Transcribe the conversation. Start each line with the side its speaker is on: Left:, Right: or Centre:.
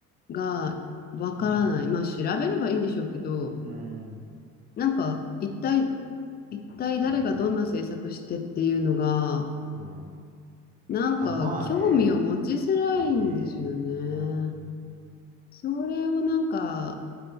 Left: がわからない。
Right: うん、
Left: まあ調べればいいんでしょうけど、
Right: うん、
Left: なんか一体、一体誰がどんな政策してっていうのが、
Right: うん。
Left: なんか興味を持ちづらいんですよね。
Right: あ、まあね。ねうん。
Left: それをなんか